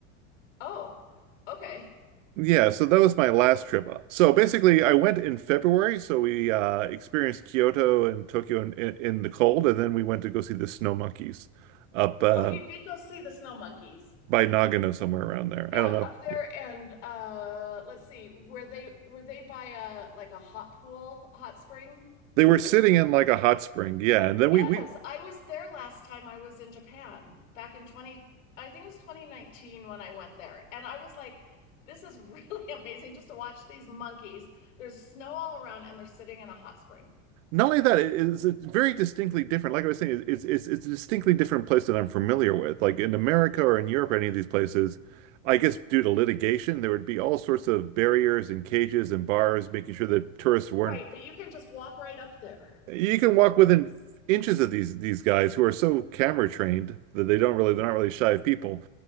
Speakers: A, on the left; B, on the right.
A: Oh, okay.
B: Yeah, so that was my last trip up. So basically, I went in February. So we uh, experienced Kyoto and Tokyo in, in, in the cold, and then we went to go see the snow monkeys up uh,
A: Oh, you did go see the snow monkeys.
B: by Nagano, somewhere around there.
A: Yeah,
B: I don't know.
A: up there
B: Yeah.
A: and uh let's see, were they were they by a like a hot pool, hot spring?
B: They were sitting in like a hot spring. Yeah, and then
A: Yes,
B: we we
A: I was there last time I was in Japan back in 20, I think it was 2019 when I went there. And I was like, this is really <laughs> amazing just to watch these monkeys. There's snow all around and they're sitting in a hot spring.
B: not only that, it is it's very distinctly different. Like I was saying, it's it's it's a distinctly different place that I'm familiar with. Like in America or in Europe, or any of these places. I guess due to litigation, there would be all sorts of barriers and cages and bars, making sure that tourists weren't
A: Right, but you can just walk right up there.
B: you can walk within inches of these these guys who are so camera trained that they don't really they're not really shy of people.